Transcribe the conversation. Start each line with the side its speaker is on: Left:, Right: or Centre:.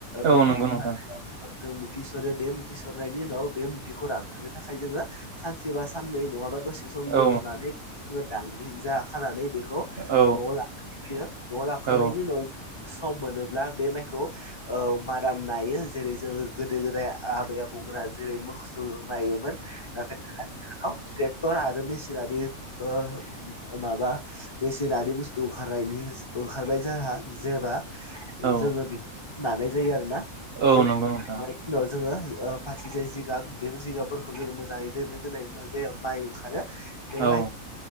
Left: बे
Right: औ
Left: माइखौ
Right: नंगौ नोंथां
Left: हानायाव जों मुथि सुरो बे मुथि सुरनायनि उनाव बे मुथिखौ रानहोनो थाखाय जोङो सानसेबा साननै नङाबा से सम
Right: औ
Left: दोन्थ'नानै जोङो दांग्रि जाखानानै बेखौ
Right: औ
Left: न'आव लांयो फैयो न'आव लाबोखांनायनि
Right: औ
Left: उनाव सम मोनोब्ला बे माइखौ औ मारा नायो जेरै जोङो गोदो गोदाय आबै आबौमोनहा जेरै मोसौजों नायोमोन। नाथाय <unintelligible> टर आरो मेसिनारि ओ माबा मेसिनारि बुस्थु ओंखारनायनि ओंखारबाय जाहा जेब्ला
Right: औ
Left: जोङो बेफोरजों नानाय जायो आरो ना।
Right: औ
Left: बे खांनायनि
Right: नंगौ नोंथां
Left: उनाव जोङो ओ फारसे जाय जिगाब बे जिगाबफोरखौ जोङो मोजाङै दोननो दोननायनि उनाव जे माइ खारो बे
Right: औ
Left: माय